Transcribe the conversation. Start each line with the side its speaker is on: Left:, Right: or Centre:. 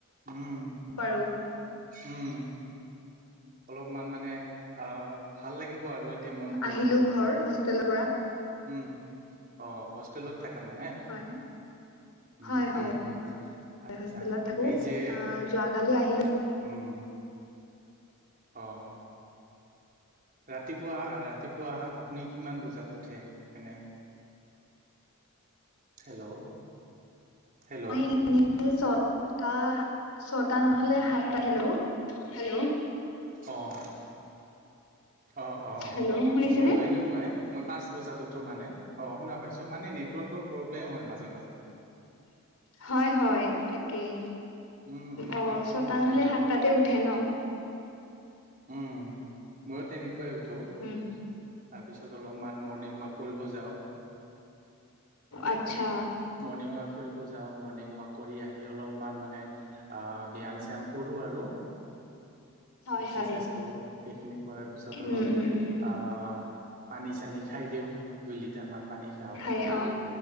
Right: উম,
Left: পাৰো
Right: উম। অলপমান মানে অঁ, ভাল লাগিব আৰু। এতিয়া মনটো
Left: আহিলো
Right: অলপ।
Left: ঘৰ হোষ্টেলৰ পৰা।
Right: উম, অ' হোষ্টেলত থাকে মানে।
Left: হয়
Right: উম,
Left: হয় হয়
Right: উম, উম আচ্ছা।
Left: হোষ্টেলত থাকো
Right: এই যে
Left: অ যোৱাকালি আহিলো
Right: উম, অ'। ৰাতিপুৱা ৰাতিপুৱা আপুনি কিমান বজাত উঠে এনেই? হেল্ল'! হেল্ল'
Left: হয়। এনেই ছটা ছয়টা নহ'লে সাতটা হেল্ল', হেল্ল'।
Right: অঁ, অঁ, অঁ, অঁ।
Left: হেল্ল' শুনিছেনে
Right: মইও এনেকুৱাই মই পাঁচ উঠোঁ মানে, অ' শুনা পাইছোঁ। মানে নেটৱৰ্কৰ প্ৰব্লেম হয় মাজে মাজে
Left: হয়, হয় তাকেই।
Right: উম নেটৱৰ্কৰ
Left: অ', ছটা
Right: প্ৰব্লেম
Left: নহ'লে সাতটাতে উঠে ন?
Right: উম ময়ো তেনেকুৱাই উঠো।
Left: হুম, হুম।
Right: তাৰপিছত অলপমান মৰ্ণিং ৱাক কৰিব যাওঁ।
Left: আচ্ছা।
Right: মৰ্ণিং ৱাক কৰিব যা যাওঁ মৰ্ণিং ৱাক কৰি আহি অলপমান মানে ব্যায়াম চ্যায়াম কৰোঁ আৰু।
Left: হয়
Right: এক্সাৰচাইজ
Left: হয়
Right: কৰোঁ, সেইখিনি কৰাৰ পিছত অলপ
Left: উম উম উম উম
Right: আহ পানী চানী খাই দিওঁ, দুই লিটাৰ মান পানী খাওঁ।
Left: এ অ'।